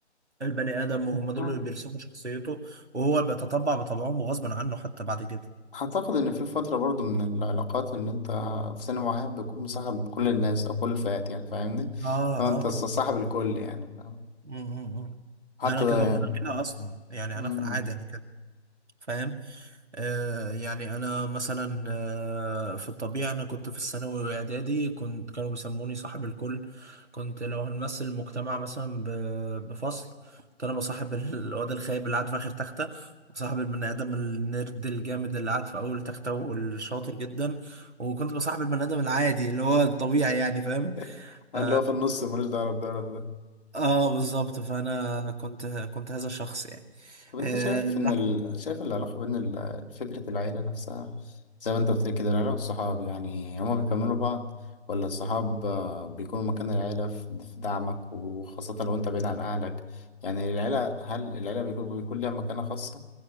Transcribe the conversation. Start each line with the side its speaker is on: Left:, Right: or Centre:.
Right: البني ادم وهم دول
Left: اه
Right: اللي بيرسموا شخصيته وهو بيتطبع بطبعهم وغصبا عنه حتى بعد كده
Left: أعتقد إن في فترة برضو من العلاقات إن أنت في سن معين بتكون مصاحب كل الناس أو كل الفئات يعني فاهمني؟
Right: اه
Left: لو
Right: اه
Left: أنت
Right: طبعا
Left: صاحب الكل يعني فاهم؟
Right: م- م- م.
Left: حتى
Right: انا
Left: ده
Right: كده
Left: يعني
Right: انا كده اصلا يعني
Left: مم.
Right: انا في العادي انا كده فاهم آه، يعني أنا مثلا آه، في الطبيعة أنا كنت في الثانوي وإعدادي كنت كانوا بيسموني صاحب الكل كنت لو هنمثل المجتمع مثلا ب- بفصل كنت أنا بصاحب ال- الواد الخايب اللي قاعد في آخر تختة وصاحب البني آدم النرد الجامد اللي قاعد في أول تختة والشاطر جدا وكنت بصاحب البني آدم العادي اللي هو الطبيعي يعني فاهم
Left: <laughs> اللي
Right: ف...
Left: هو في النص ملوش دعوة بده ولا ده
Right: آه بالظبط فأنا كنت كنت هذا الشخص يعني
Left: طب أنت
Right: آه،
Left: شايف
Right: لا،
Left: إن ال... شايف العلاقة بين ال... فكرة العيلة نفسها زي ما أنت قلت لي كده العيلة والصحاب يعني هما بيكملوا بعض ولا الصحاب آه، بيكونوا مكان العيلة في في دعمك وخاصة لو أنت بعيد عن أهلك يعني العيلة هل العيلة بيكون بيكون ليها مكانة خاصة؟